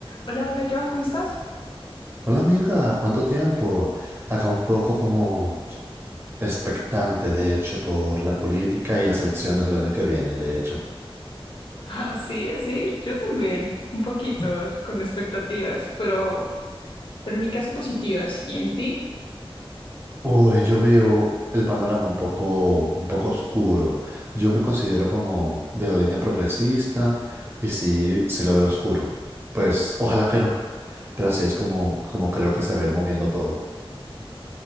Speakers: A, on the left; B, on the right.
A: Hola, hola Joan, ¿cómo estás?
B: Hola amiga, ¿cuánto tiempo? Acá un poco como expectante, de hecho, por la política y las elecciones del año que viene, de hecho.
A: Así, así, yo también, un poquito, es- con expectativas, pero, pero en mi caso positivas. ¿Y en ti?
B: Uy, yo veo el panorama un poco, un poco oscuro. Yo me considero como de la línea progresista y sí, sí lo veo oscuro. Pues ojalá que no, pero así es como, como creo que se va a ir moviendo todo.